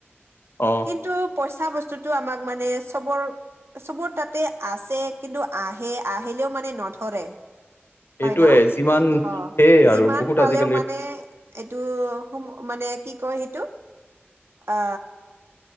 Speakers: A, on the left (about 60°); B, on the right (about 70°).
A: অ'।
B: কিন্তু পইচা বস্তুটো আমাক মানে চবৰ চবৰ তাতে আছে কিন্তু আহে, আহিলেও মানে নধৰে। হয়
A: এইটোয়ে
B: ন'
A: যিমান
B: অ'
A: সেয়ে
B: যিমান
A: আৰু বহুত
B: পালেও
A: আজিকালি
B: মানে এইটো সু মানে কি কয় সেইটো আ